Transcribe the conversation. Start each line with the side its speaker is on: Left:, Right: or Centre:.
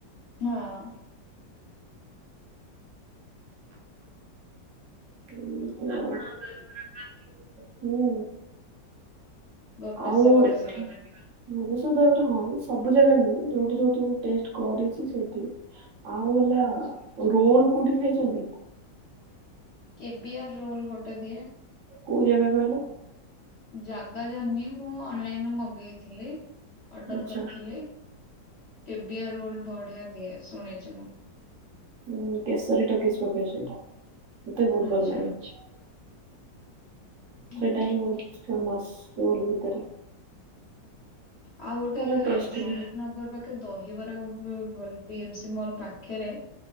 Left: ହଁ।
Right: ଆପଣ ଦହିବରା ଖାଆନ୍ତି? ହୁଁ।
Left: ଭୁବନେଶ୍ଵର
Right: ଆଉ ଭୁବନେଶ୍ବର
Left: ଦହିବରା?
Right: ଦହିବରା ହଁ ସବୁ ଜାଗା ନୁହେଁ ଯୋଉଠି ଯୋଉଠି ମୁ ଟେଷ୍ଟ କରିଛି ସେଠି ଆଉ ହେଲା
Left: ଆଚ୍ଛା
Right: ରୋଲ କୋଉଠି ଖାଇଛନ୍ତି?
Left: କେବିୟର୍ ରୋଲ୍ ଗୋଟେ ଦିଏ।
Right: କୋଉ ଜାଗା କହିଲ?
Left: ଜାଗା ଜାନିନି ମୁଁ ଅନଲାଇନ ରୁ ମଗେଇଥିଲି ଅର୍ଡର
Right: ଆଚ୍ଛା
Left: କରିଥିଲି। କେବିୟର ରୋଲ ବଢିଆ ଦିଏ ଶୁଣିଛି ମୁଁ।
Right: ଉଁ କେଶରୀ ଟକେଇଛି ପକେଇ ସେଇଟା ମତେ ବହୁତ
Left: ଆଚ୍ଛା
Right: ଭଲ ଲାଗୁଛି।
Left: ହୁଁ।
Right: ସେଟା ହିଁ ବହୁତ ଫେମସ ରୋଲ ଭିତରେ।
Left: ଆଉ ଗୋଟେ
Right: ଭଲ ଟେଷ୍ଟ ଥିଲା।
Left: ଶହଦି ନଗର ପାଖେ ଦହିବରା ଗୋଟେ ଭଲ ବିଏମସି ମଲ୍ ପାଖରେ।